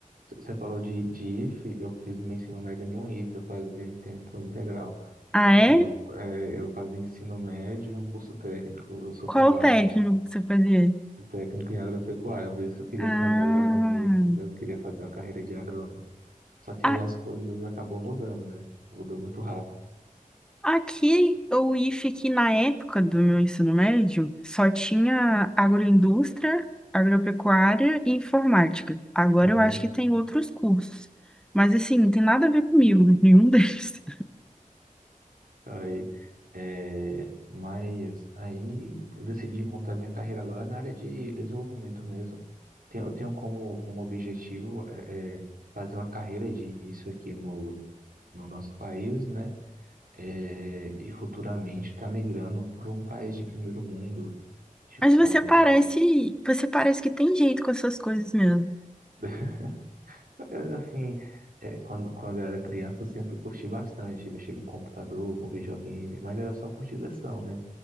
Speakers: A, on the right; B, in the centre.
A: Você falou de, de IF, eu fiz o meu ensino médio em um IF, eu fazia em tempo integral.
B: Ah,
A: Eu
B: é?
A: fiz, o- eh, eu fazia ensino médio e um curso técnico. Eu sou
B: Qual
A: formado
B: o técnico
A: em
B: que você fazia?
A: técnico em agropecuária, por isso que eu queria
B: Ah,
A: fazer agronomia, entendeu? Eu queria fazer uma carreira de agrônomo. Só que
B: a-
A: aí as coisas acabam mudando, né? Mudou muito rápido.
B: aqui o IF aqui na época do meu ensino médio só tinha agroindústria, agropecuária e informática. Agora
A: Aham.
B: eu acho que tem outros cursos, mas assim, não tem nada a ver comigo, nenhum <laughs> deles.
A: Aí, é, mas aí eu decidi montar minha carreira agora na área de desenvolvimento mesmo. Tenho- Eu tenho como, como objetivo é, é, fazer uma carreira de início aqui no, no nosso país, né? É, e futuramente estar migrando para um país de primeiro mundo, tipo
B: Mas
A: Estados
B: você parece,
A: Unidos.
B: você parece que tem jeito com essas coisas mesmo.
A: <laughs> É, Assim, é, quando, quando eu era criança, eu sempre curti bastante mexer com computador, com videogame, mas era só por diversão, né?